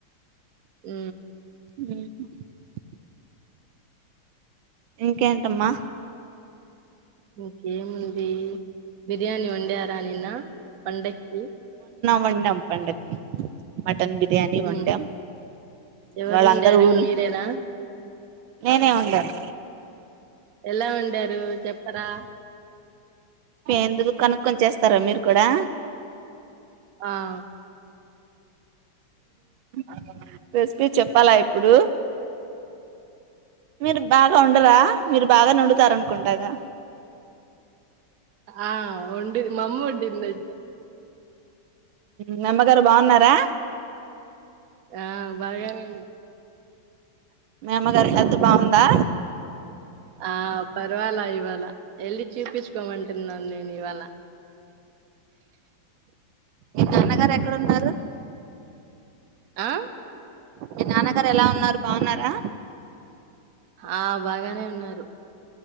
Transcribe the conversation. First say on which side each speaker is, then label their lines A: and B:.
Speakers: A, on the right (about 55°); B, on the right (about 85°).
A: ఆ
B: ఉహ్మ్ ఇంకేంటమ్మా
A: ఇంకేముంది బిర్యానీ వండారా నిన్న పండక్కి
B: వండం పండక్కి మటన్ బి ర్యానీ వండం
A: ఉమ్ ఎవరు
B: వాళ్ళందరూ
A: వండారు
B: ఉ
A: మీరేనా
B: నేనే వాండను
A: ఎలా ఉండారు చెప్పరా
B: ఎందుకు కనుక్కొని చేస్తారా మీరు కూడా
A: ఆ
B: ఆ రెసిపీ చెప్పాలా ఇప్పుడు మీరు బాగా ఉండరా మీరు బాగా నిండుతార అనుకుంటగా
A: ఆ ఉండి మమ్మ ఒండింది
B: మీ అమ్మగారు బాగున్నారా
A: ఆ బాగానే
B: మా అమ్మగారి హెల్త్ బాగుందా
A: ఆ పర్వాలా ఇవాల ఎల్లి చూపించు ఇప్పమంటున్నాను నేను ఇవాళ
B: ఈ నాన్నగారు ఎక్కడ ఉన్నారు
A: ఆ
B: మీ నాన్నగారు ఎలా ఉన్నారు బాగున్నారా
A: ఆ బాగానే ఉన్నారు